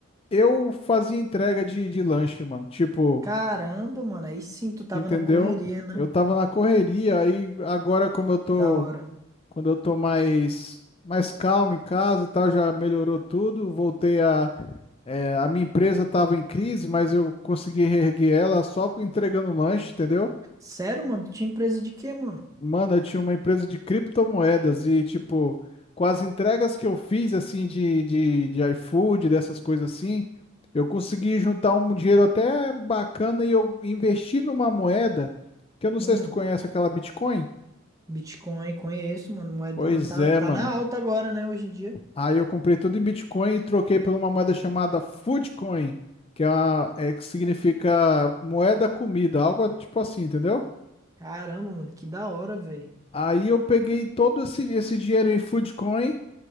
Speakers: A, on the left; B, on the right.
A: Eu fazia entrega de, de lanche, mano. Tipo,
B: Caramba, mano, aí sim tu tava
A: entendeu?
B: na correria, né?
A: Eu tava na correria, aí agora como eu tô,
B: Da hora.
A: quando eu tô mais, mais calmo em casa e tal, já melhorou tudo. Voltei a, é, a minha empresa tava em crise, mas eu consegui reerguer ela só com- entregando um lanche, entendeu?
B: Sério, mano, tu tinha empresa de quê, mano?
A: Mano, eu tinha uma empresa de criptomoedas e, tipo, com as entregas que eu fiz, assim, de, de, de iFood, dessas coisas assim, eu consegui juntar um dinheiro até bacana e eu investi numa moeda, que eu não
B: Hum,
A: sei se tu conhece aquela Bitcoin.
B: Bitcoin, conheço, mano. Moedona
A: Pois
B: tá,
A: é,
B: tá
A: mano.
B: na alta agora, né, hoje em dia.
A: Aí eu comprei tudo em Bitcoin e troquei por uma moeda chamada Foodcoin, que é, uma, é que significa moeda comida, algo tipo assim, entendeu?
B: Caramba, mano, que da hora, velho.
A: Aí eu peguei todo esse, esse dinheiro em Foodcoin.